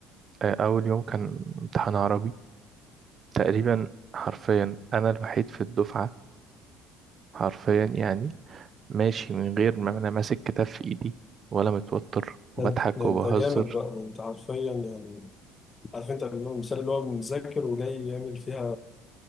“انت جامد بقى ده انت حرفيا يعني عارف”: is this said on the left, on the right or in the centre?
Left